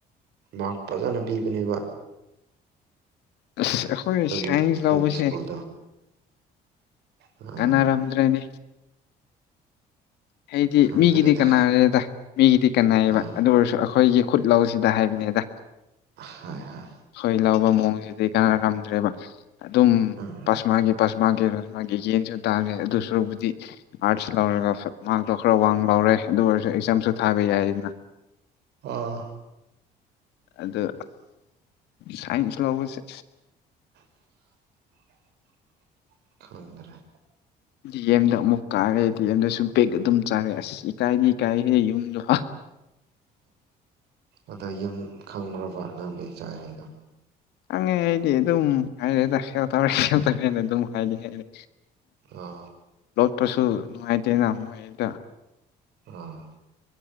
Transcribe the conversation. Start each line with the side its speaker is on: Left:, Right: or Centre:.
Right: ꯃꯥꯔꯛ ꯐꯖꯅ ꯄꯤꯕꯅꯦꯕ
Left: ꯑꯩꯈꯣꯏ
Right: ꯑꯩꯈꯣꯏꯒꯤ
Left: ꯁꯥꯏꯟꯁ
Right: ꯑꯩꯈꯣꯏꯒꯤ
Left: ꯂꯧꯕꯁꯦ
Right: ꯁ꯭ꯀꯨꯜꯗꯣ ꯎꯝ
Left: ꯀꯟꯅꯥꯔꯝꯗ꯭ꯔꯦꯅꯦ ꯍꯥꯏꯗꯤ
Right: ꯈꯪꯗ꯭ꯔꯦꯗ
Left: ꯃꯤꯒꯤꯗꯤ ꯀꯅꯥꯔꯦꯗ ꯃꯤꯒꯤꯗꯤ ꯀꯅꯥꯌꯦꯕ
Right: ꯎꯝ
Left: ꯑꯗꯨ ꯑꯣꯏꯔꯁꯨ ꯑꯩꯈꯣꯏꯒꯤ ꯈꯨꯠ ꯂꯧꯁꯤꯗ ꯍꯥꯏꯕꯅꯦꯗ
Right: ꯍꯣꯏ ꯍꯣꯏ
Left: ꯍꯣꯏ ꯂꯧꯕꯨ ꯑꯣꯡꯁꯤꯗꯤ ꯀꯅꯥ ꯉꯝꯗ꯭ꯔꯦꯕ ꯑꯗꯨꯝ
Right: ꯎꯝ
Left: ꯄꯁꯃꯥꯒꯤ ꯄꯁ ꯃꯥꯒꯤ ꯃꯥꯒꯤ ꯌꯦꯟꯁꯨ ꯇꯥꯔꯦ ꯑꯗꯨꯁꯔꯨꯛꯕꯨꯗꯤ ꯑꯥꯔꯠꯁ ꯂꯧꯔꯒ ꯃꯥꯔꯛꯇꯣ ꯈꯔ ꯋꯥꯡ ꯂꯧꯔꯦ ꯑꯗꯨ ꯑꯣꯏꯔꯁꯨ ꯑꯦꯛꯖꯥꯝꯁꯨ ꯊꯥꯕ ꯌꯥꯏꯗꯅ
Right: ꯑꯥ
Left: ꯑꯗꯣ ꯁꯥꯏꯟꯁ ꯂꯧꯕꯁꯦ
Right: <unintelligible> ꯈꯪꯗꯔꯦ
Left: ꯗꯤ ꯑꯦꯝꯗ ꯑꯃꯨꯛ ꯀꯥꯔꯦ ꯗꯤ ꯑꯦꯝꯗꯁꯨ ꯕꯦꯛ ꯑꯗꯨꯝ ꯆꯥꯔꯦ ꯑꯁ ꯏꯀꯥꯏꯗꯤ ꯏꯀꯥꯏꯍꯦ ꯌꯨꯝꯗꯣ
Right: ꯑꯗ ꯌꯨꯝ ꯈꯪꯈ꯭ꯔꯕ ꯅꯪ ꯕꯦꯛ ꯆꯥꯏ ꯍꯥꯏꯕꯗꯣ
Left: ꯍꯪꯉꯦ ꯍꯥꯏꯗꯤ ꯑꯗꯨꯝ ꯍꯥꯏꯔꯦꯗ ꯁꯦꯌꯔ ꯇꯧꯔꯦ ꯑꯗꯨꯝ ꯍꯥꯏꯗꯤ ꯍꯥꯏꯌꯦ
Right: ꯑꯥ
Left: ꯑꯗꯨꯁꯨ ꯅꯨꯡꯉꯥꯏꯇꯦꯅ ꯃꯣꯏꯗ
Right: ꯑꯥ